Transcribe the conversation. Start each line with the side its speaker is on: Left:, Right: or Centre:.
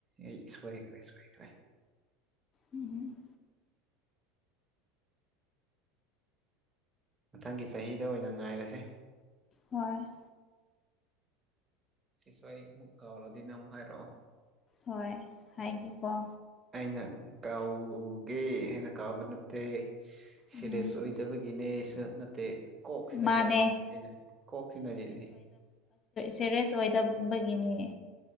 Right: ꯑꯩ ꯁꯣꯏꯈ꯭ꯔꯦ ꯁꯣꯏꯈ꯭ꯔꯦ
Left: ꯎꯝ
Right: ꯃꯊꯪꯒꯤ ꯆꯍꯤꯗ ꯑꯣꯏꯅ ꯉꯥꯏꯔꯁꯦ
Left: ꯍꯣꯏ
Right: ꯁꯤꯁꯨ ꯑꯩ ꯑꯃꯨꯛ ꯀꯥꯎꯔꯥꯗꯤ ꯅꯪ ꯑꯃꯨꯛ ꯍꯥꯏꯔꯛꯑꯣ
Left: ꯍꯣꯏ ꯍꯥꯏꯒꯦꯀꯣ
Right: ꯑꯩꯅ ꯀꯥꯎꯒꯦ ꯑꯩꯅ ꯀꯥꯎꯕ ꯅꯠꯇꯦ ꯁꯦꯔꯤꯌꯥꯁ
Left: ꯎꯝ
Right: ꯑꯣꯏꯗꯕꯒꯤ ꯒꯤꯅꯦꯁꯨ ꯅꯠꯇꯦ ꯀꯣꯛꯁꯤꯅ
Left: ꯃꯥꯅꯦ
Right: ꯁꯤꯅ ꯀꯣꯛꯁꯤꯅꯅꯦ
Left: ꯁꯦꯔꯤꯁ ꯑꯣꯏꯗꯕꯒꯤꯅꯦ